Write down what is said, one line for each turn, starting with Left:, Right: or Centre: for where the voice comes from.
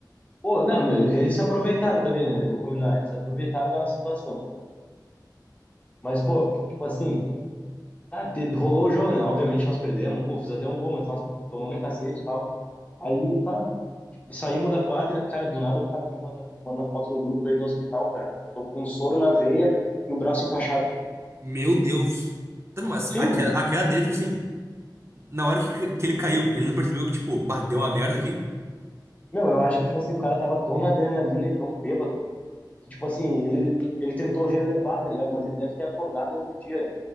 Left: Pô, não, meu, eles se aproveitaram também, né? Vou combinar, eles se aproveitaram da nossa situação. Mas, pô, tipo assim, tá, te- rolou o jogo, né? Obviamente nós perdemos, pô, fiz até um gol, mas nós tomamos um cacete e tal. Aí tá, Saímos da quadra, cara, do nada o Cadu manda, manda foto no grupo dele no hospital, cara. Tô com um soro na veia e o braço enfaixado.
Right: Meu Deus. Tá, mas
Left: Sim.
Right: aquela, aquela dele, tipo assim. na hora que, que ele caiu, ele não percebeu que, tipo, bah, deu uma merda aqui.
Left: Meu, eu acho que, tipo assim, o cara tava tão na adrenalina e tão bêbado que, tipo assim, ele, ele tentou relevar, tá ligado? Mas ele deve ter acordado no outro dia.